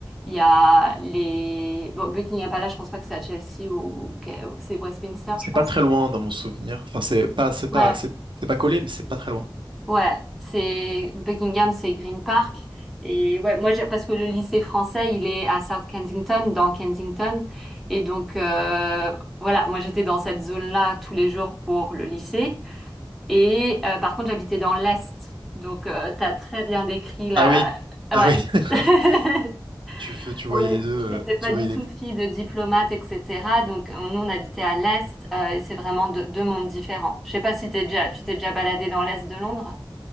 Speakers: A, in the centre; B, on the right.
A: il y a les bon, Buckingham Palace. Je pense pas que c'est à Chelsea ou ou- c'est Westminster,
B: C'est
A: je pense.
B: pas très loin dans mon souvenir. Enfin, c'est pas, c'est pas,
A: Ouais,
B: c'est c'est pas collé, mais c'est pas très loin.
A: Ouais, c'est Buckingham, c'est Green Park. Et ouais, moi, j'ai- parce que le lycée français, il est à South Kensington, dans Kensington. Et donc, euh, voilà, moi, j'étais dans cette zone-là tous les jours pour le lycée. Et euh, par contre, j'habitais dans l'Est. Donc, euh, t'as très bien décrit la...
B: Ah oui,
A: Ouais.
B: ah oui,
A: <laughs>
B: <laughs> tu, fais- tu voyais
A: On
B: les
A: est-
B: deux, euh,
A: J'étais pas
B: tu
A: du
B: voyais
A: tout
B: les deux.
A: fille de diplomate, etc. Donc, nous, on habitait à l'Est, euh, et c'est vraiment deux deux mondes différents. Je sais pas si t'es déjà, tu t'es déjà baladé dans l'Est de Londres.